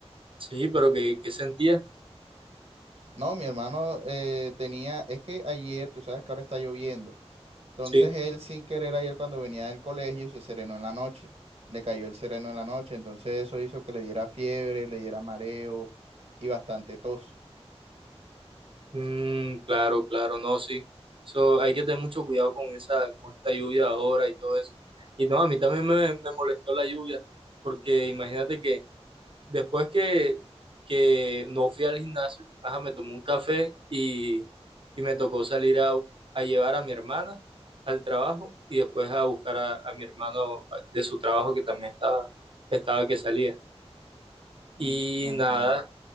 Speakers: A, on the right; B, on the right.
A: Sí, pero ¿qué, qué sentía?
B: No, mi hermano eh, tenía, es que ayer, tú sabes que ahora está lloviendo. Entonces
A: Sí.
B: él sin querer ayer cuando venía del colegio se serenó en la noche. Le cayó el sereno en la noche. Entonces eso hizo que le diera fiebre, le diera mareo y bastante tos.
A: Mm, claro, claro, no, sí. So, hay que tener mucho cuidado con esa, con esta lluvia ahora y todo eso. Y no, a mí también me, me molestó la lluvia, porque imagínate que Después que, que no fui al gimnasio, ajá, me tomé un café y, y me tocó salir a, a llevar a mi hermana al trabajo y después a buscar a, a mi hermano de su trabajo que también estaba, estaba que salía. Y
B: Mm, entiendo.
A: nada,